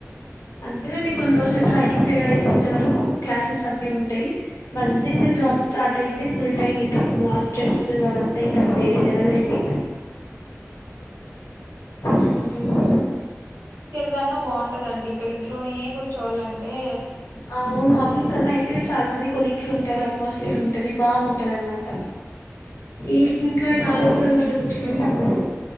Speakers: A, on the left; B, on the right.
A: అంతెండి కొన్ని రోజులు ట్రైనింగ్ పీరియడ్ అయిపోయనంత వరకు క్లాసెస్ అవి ఉంటాయి మంచిం క జాబ్ స్టార్ట్ అయితే ఫుల్ టైమ్ ఇంకప్పుడు ఆ స్ట్రెస్ అవంతా ఇంకా వేరే లెవెల్ అండి ఇంకా ఉమ్,
B: దన్నా బావుంటదండి ఇక్కడ ఇంట్లోనే ఏ కూర్చోలంటే
A: అవును ఆఫిస్ కన్నా అయితే చాల మంది కొలిక్స్ ఉంటారు, అట్మాస్ఫియర్ ఉంటది బావుంటది అనమాట. ఈ ఇంట్లో ఈ నాలుగు
B: అవునండి
A: గూడలు మద్య కూర్చోలంటే అవ్వదు